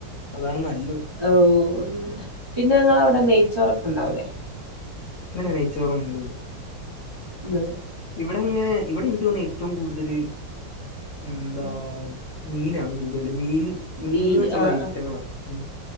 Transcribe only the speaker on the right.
ഓഹ് പിന്നെ ഞങ്ങളവിടെ നെയ്ച്ചോറക്കെ ഇണ്ടാവൂലേ
ണോ
ഉം.
മീന്
ആ
ആ